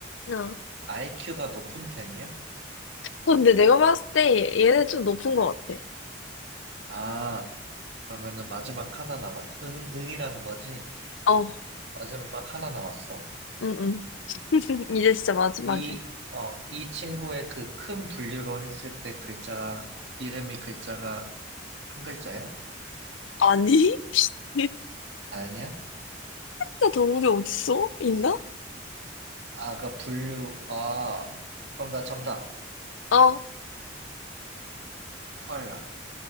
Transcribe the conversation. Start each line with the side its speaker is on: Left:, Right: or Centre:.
Left: 어.
Right: IQ가 높은 편이야?
Left: 근데 내가 봤을 때 얘는 좀 높은 것 같아
Right: 아, 그러면은 마지막 하나 남았지. 응, 응이라는 거지?
Left: 어
Right: 마지막 하나 남았어.
Left: 응응 <laughs> 이제 진짜 마지막이야
Right: 이, 어, 이 친구의 그 큰 분류로 했을 때 글자, 이름이 글자가 한 글자야?
Left: 아니 <laughs>
Right: 아니야?
Left: 진짜 동물이 어딨어 있나
Right: 아, 그 분류, 아, 그럼 나 정답,
Left: 어
Right: 코알라.